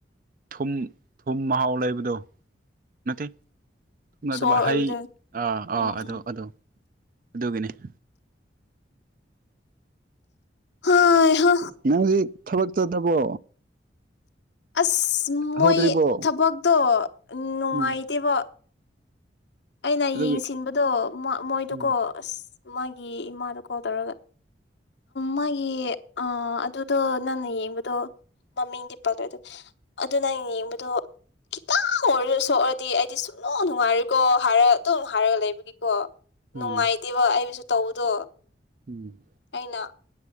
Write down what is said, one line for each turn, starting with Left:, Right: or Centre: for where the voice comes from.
Right: ꯊꯨꯝ ꯊꯨꯝ ꯃꯍꯥꯎ ꯂꯩꯕꯗꯨꯣ ꯅꯠꯇꯦ ꯊꯅꯗꯕ
Left: ꯁꯣꯔ ꯑꯣꯏꯕꯗꯣ
Right: ꯍꯩ ꯑꯥ
Left: ꯎꯝ
Right: ꯑꯥ ꯑꯗꯨ ꯑꯣ ꯑꯗꯨꯒꯤꯅꯤ <unintelligible>
Left: ꯍꯥꯏ ꯍꯥ
Right: ꯅꯪꯒꯤ ꯊꯕꯛꯇ ꯅꯕꯣ
Left: ꯑꯁ ꯃꯣꯏ
Right: ꯍꯧꯗ꯭ꯔꯤꯕꯣ
Left: ꯊꯕꯛꯇꯣ ꯅꯨꯡꯉꯥꯏꯇꯦꯕ
Right: ꯎꯝ
Left: ꯑꯩꯅ
Right: ꯑꯗꯨꯒꯤ
Left: ꯌꯦꯡꯁꯤꯟꯕꯗꯣ ꯃꯣꯏꯗꯨꯀꯣ
Right: ꯎꯝ
Left: ꯑꯁ ꯃꯥꯒꯤ ꯏꯃꯥꯗꯣ ꯀꯣꯜ ꯇꯧꯔꯒ ꯃꯥꯒꯤ ꯑꯗꯨꯗꯣ ꯅꯪꯅ ꯌꯦꯡꯕꯗꯣ ꯃꯃꯤꯡꯗꯤ ꯄꯜꯂꯑꯦꯗꯣ ꯑꯗꯨ ꯅꯪꯅ ꯌꯦꯡꯕꯗꯣ ꯈꯤꯇꯪ ꯑꯣꯏꯔꯔ ꯁꯣꯛꯔꯗꯤ ꯑꯩꯗꯤ ꯁꯨꯡꯅꯣ ꯅꯨꯡꯉꯥꯏꯔꯀꯣ ꯚꯔ ꯇꯝ ꯍꯚꯥꯔꯒ ꯂꯩꯕꯅꯤ ꯀꯣ
Right: ꯎꯝ
Left: ꯅꯨꯡꯉꯥꯏꯇꯦꯕ ꯑꯩꯁꯨ ꯇꯧꯗꯣ
Right: ꯎꯝ
Left: ꯑꯩꯅ